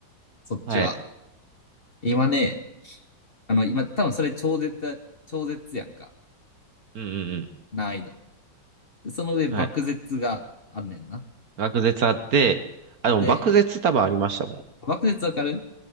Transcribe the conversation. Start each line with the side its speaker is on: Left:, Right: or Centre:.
Left: そっちは。
Right: はい。
Left: 今ね、あの、今、多分それ超絶だ、超絶やんか、
Right: うんうんうん。
Left: 難易度。でその上、
Right: はい。
Left: 爆絶があんねんな。
Right: 学舌あって、あ、でも漠舌多分ありましたもん。
Left: で、爆絶わかる